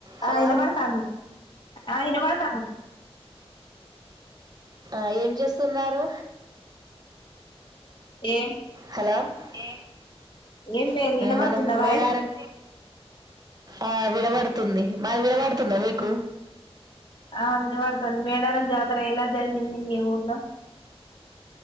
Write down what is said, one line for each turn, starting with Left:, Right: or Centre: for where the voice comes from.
Right: హలో
Left: ఆ ఇనబడతాంది ఆ ఇనబడతాంది
Right: ఆ ఏం చేస్తున్నారు
Left: ఏ
Right: హలో ఏ
Left: ఏం లేదు వినబడుతుందా
Right: మనం
Left: వాయిస్
Right: మేడారం ఆ విడబడుతుంది మాది విడవడుతుందా మీకు
Left: ఆ వినపడుతుంది మేడార జాతర ఎలా జరిగింది మీ ఊరులో